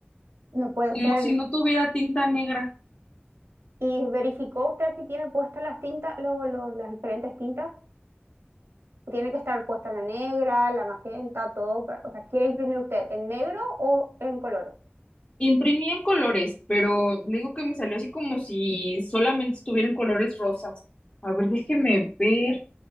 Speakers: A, on the right; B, on the left.
A: no puede
B: como
A: ser.
B: si no tuviera tinta negra.
A: ¿Y verificó usted si tiene puestas las tintas, lo- lo- las diferentes tintas? Tiene que estar puesta la negra, la magenta, todo. pero- O sea, ¿quiere imprimir usted en negro o en colores?
B: Imprimí en colores, pero le digo que me salió así como si solamente estuvieran colores rosas. A ver, déjeme ver.